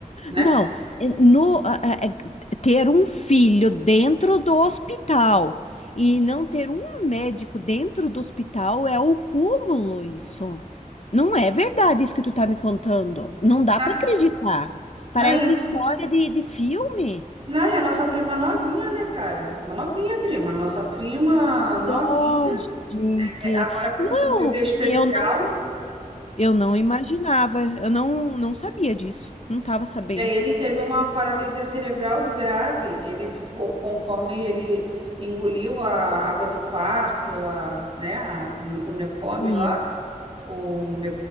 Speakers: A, on the right; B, on the left.
A: né?
B: Não, é, no, a- a- é, ter um filho dentro do hospital e não ter um médico dentro do hospital é o cúmulo isso. Não é verdade isso que tu tá me contando. Não dá
A: Na,
B: para acreditar. Parece
A: na,
B: história de, de filme.
A: na, e a nossa prima novinha, né, cara? Novinha, prima. Nossa prima novinha,
B: Dó, gente.
A: é, agora com
B: Não,
A: um bebê especial,
B: e eu não, eu não imaginava, eu não, não sabia disso, não estava sabendo.
A: E aí ele teve uma paralisia cerebral grave. Ele ficou, conforme ele engoliu a água do parto, lá, né, a- o o
B: Sim.
A: lá, o me-